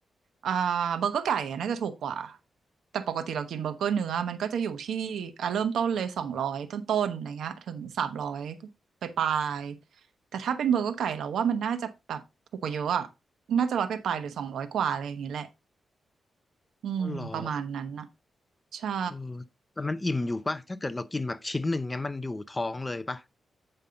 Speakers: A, on the right; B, on the left.
A: อ่าเบอร์เกอร์ไก่อะน่าจะถูกกว่าแต่ปกติเรากินเบอร์เกอร์เนื้อมันก็จะอยู่ที่อ่ะเริ่มต้นเลยสองร้อยต้นๆอะไรเงี้ยถึงสามร้อยไปปลายๆแต่ถ้าเป็นเบอร์เกอร์ไก่เราว่ามันน่าจะแบบถูกกว่าเยอะอ่ะน่าจะร้อยไปปลายๆหรือสองร้อยกว่าอะไรอย่างเงี้ยแหละอืมประมาณนั้นนะ
B: อ๋อเหรอ
A: ใช่
B: เออแต่มันอิ่มอยู่ป่ะถ้าเกิดเรากินแบบชิ้นหนึ่งเงี้ยมันอยู่ท้องเลยป่ะ